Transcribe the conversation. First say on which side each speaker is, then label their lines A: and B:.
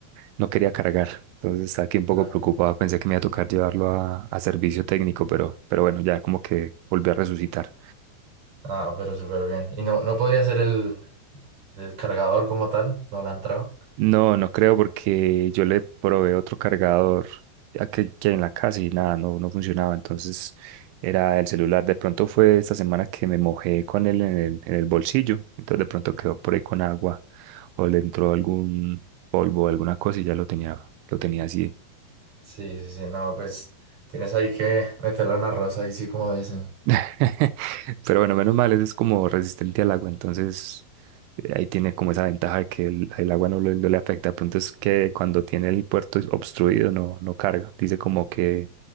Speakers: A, on the right; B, on the right.
A: no quería cargar. Entonces estaba aquí un poco
B: Claro.
A: preocupado, pensé que me iba a tocar llevarlo a, a servicio técnico, pero, pero bueno, ya como que volví a resucitar.
B: Ah, pero súper bien. ¿Y no, no podría ser el, el cargador como tal? ¿No la han entrado?
A: No, no creo porque yo le probé otro cargador a que, que hay en la casa y nada, no, no funcionaba. Entonces era el celular. De pronto fue esta semana que me mojé con él en el, en el bolsillo. Entonces de pronto quedó por ahí con agua o le entró algún polvo, alguna cosa y ya lo tenía, lo tenía así
B: Sí, sí, sí, no, pues tienes ahí que meterle una rosa ahí sí como dicen.
A: <laughs> Pero bueno, menos mal, ese es como resistente al agua, entonces eh, ahí tiene como esa ventaja de que el, el agua no, le no le afecta. De pronto es que cuando tiene el puerto obstruido no, no carga. Dice como que